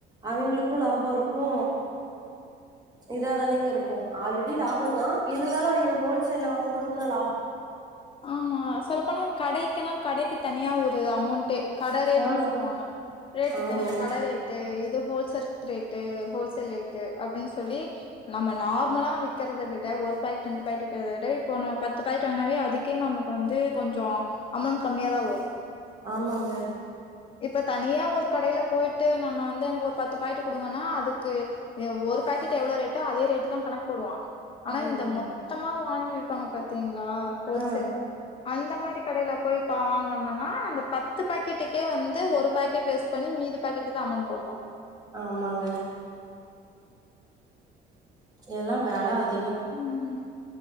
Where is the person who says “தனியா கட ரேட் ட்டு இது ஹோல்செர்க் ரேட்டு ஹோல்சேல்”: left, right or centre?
Left